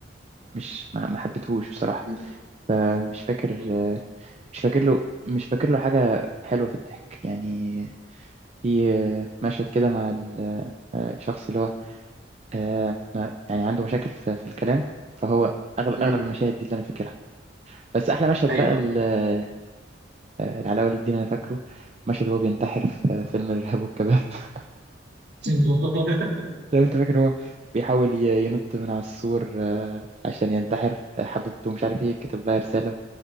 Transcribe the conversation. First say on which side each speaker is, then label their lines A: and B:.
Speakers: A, on the right (about 35°); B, on the right (about 60°).
A: مش ما ما حبيتهوش بصراحة
B: مم.
A: آه، مش فاكر
B: ايوه
A: آه، مش فاكر له مش فاكر له حاجة حلوة في الضحك يعني في آه، مشهد كده مع الشخص اللي هو آه، ما- يعني عنده مشاكل في في الكلام فهو أغلب
B: مم.
A: أغلب المشاهد دي اللي أنا فاكرها بس أحلى مشهد
B: ايوه
A: بقى ال- ال- العلاء ولي الدين أنا فاكره مشهد هو بينتحر في فيلم الإرهاب والكباب <laughs>
B: <laughs>
A: لو أنت فاكر هو بيحاول ي- ينط من على السور آه، عشان ينتحر حبيبته مش عارف إيه كتب لها رسالة